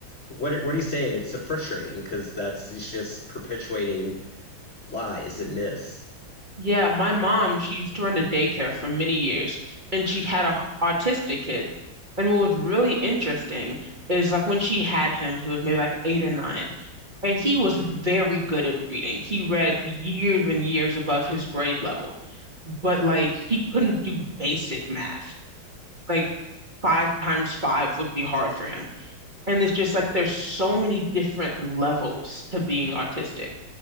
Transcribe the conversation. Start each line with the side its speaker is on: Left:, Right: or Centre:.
Left: what what he's saying, it's so frustrating because that's he's just perpetuating lies and myths.
Right: Yeah, my mom, she used to run a daycare for many years, and she had a h- autistic kid. And what was really interesting is like when she had him, he was maybe like eight or nine, and he was very good at reading. He read years and years above his grade level, but like he couldn't do basic math. Like five times five would be hard for him. And it's just like there's so many different levels to being autistic.